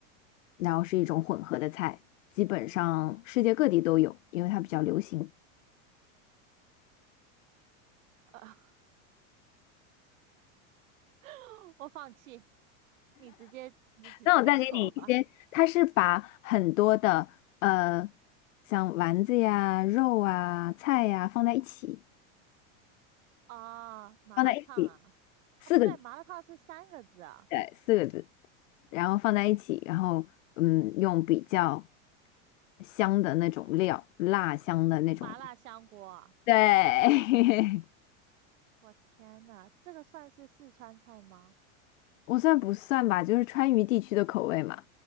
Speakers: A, on the left; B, on the right.
A: 然后是一种混合的菜，基本上世界各地都有，因为它比较流行。
B: 呃，<laughs> 我放弃，你直接你直接
A: 那我再给你一些，
B: <laughs> 说吧。
A: 它是把很多的呃像丸子呀、肉啊、菜呀放在一起，
B: 啊，麻辣烫啊，
A: 放在一起，四个字，
B: 啊不对，麻辣烫是三个字啊，
A: 对，四个字。然后放在一起，然后嗯，用比较香的那种料，辣香的那种。
B: 麻辣香锅啊，
A: 对，<laughs>
B: 我天呐，这个算是四川菜吗？
A: 我算不算吧？就是川渝地区的口味嘛。